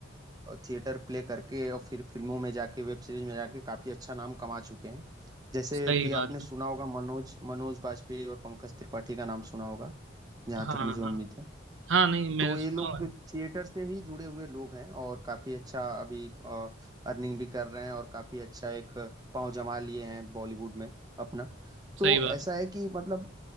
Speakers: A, on the right; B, on the right.
A: थिएटर प्ले करके और फिर फिल्मों में जाके वेब सीरीज में जाके काफी अच्छा नाम कमा चुके हैं जैसे
B: सही
A: कि आपने
B: बात
A: सुना
B: है
A: होगा मनोज मनोज बाजपेयी और पंकज त्रिपाठी का नाम सुना होगा जहाँ
B: हाँ
A: तक मुझे
B: हाँ
A: उम्मीद है
B: हाँ नहीं मैंने
A: तो
B: सुना
A: ये लोग
B: हुआ है।
A: थिएटर से ही जुड़े हुए लोग हैं और काफी अच्छा अभी अर्निंग भी कर रहे हैं और काफी अच्छा एक पांव जमा लिए हैं बॉलीवुड में अपना तो
B: सही बात
A: ऐसा है कि मतलब